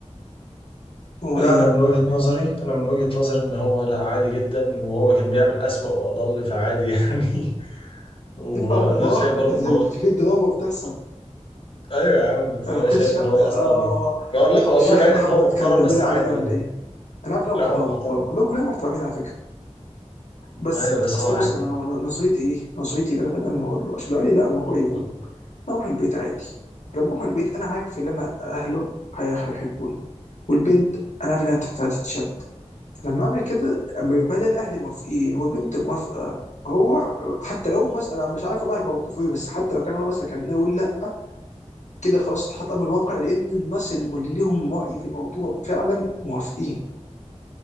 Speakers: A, on the left; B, on the left.
A: هو
B: لا
A: ايه
B: انا من وجهة نظري انا من وجهة نظري ان هو لا عادي جدا وهو كان بيعمل اسوأ واضل فعادي يعني <laughs> وانا
A: <laughs> الله
B: شايف برضه
A: ده ده
B: ان
A: ده-
B: هو
A: ده في دراما بتحصل
B: ايوه يا عم فانا
A: انا ما كنتش
B: شايف ان
A: اه
B: هو اصلا ايه لا والله
A: الشيخ
B: بعيد
A: محمد
B: ان هو محترم
A: كان بيعملها
B: بس عادي
A: علينا
B: يعني
A: ولا ايه انا عارف إن انا
B: لا
A: محترم
B: هو محترم
A: والله كلهم كلنا محترمين على فكره بس
B: ايوه بس
A: اصل
B: هو عادي
A: بص انا أنا- نظريتي ايه نظريتي اللي انا بدل ما اقول له عشان لو قال لي لا الموضوع يموت
B: يا
A: اروح البيت عادي فلما اروح البيت انا عارف ان انا اهله هي- هيحبوني والبنت انا عارف انها تحت- هتتشد فلما اعمل كده اما يبقى لي الاهل موافقين والبنت موافقه هو حتى لو مسألة مش عارف والله هيبقى موقفه ايه بس حتى لو كان هو مثلا كان يقول لا كده خلاص اتحط امر الواقع لان الناس اللي اللي ليهم رأي في الموضوع فعلا موافقين